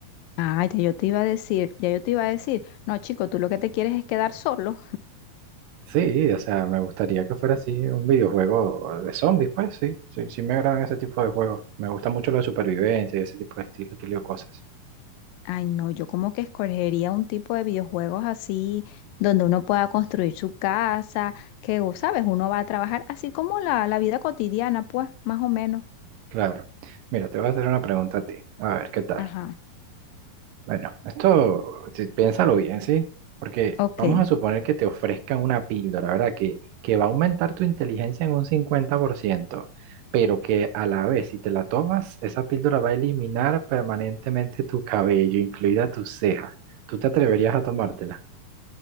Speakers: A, on the left; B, on the right.
A: Ah, ya yo te iba a decir, ya yo te iba a decir, no, chico, tú lo que te quieres es quedar solo.
B: Sí, o sea, me gustaría que fuera así un videojuego de zombies, pues sí, sí, sí me agradan ese tipo de juegos. Me gusta mucho la supervivencia y ese tipo de estilo, estilo de cosas.
A: Ay, no, yo como que escogería un tipo de videojuegos así, donde uno pueda construir su casa, que, o, sabes, uno va a trabajar así como la, la vida cotidiana, pues, más o menos.
B: Claro. Mira, te voy a hacer una pregunta a ti. A ver, ¿qué tal?
A: Ajá,
B: Bueno, esto, sí, piénsalo bien, ¿sí? Porque
A: ok.
B: vamos a suponer que te ofrezcan una píldora, ¿verdad? Que, que va a aumentar tu inteligencia en un 50%, pero que a la vez, si te la tomas, esa píldora va a eliminar permanentemente tu cabello, incluida tu ceja. ¿Tú te atreverías a tomártela?